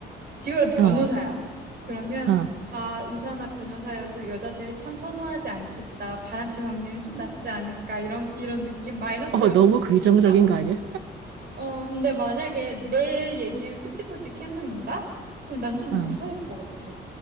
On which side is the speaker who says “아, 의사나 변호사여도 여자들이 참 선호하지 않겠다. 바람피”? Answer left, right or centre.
Right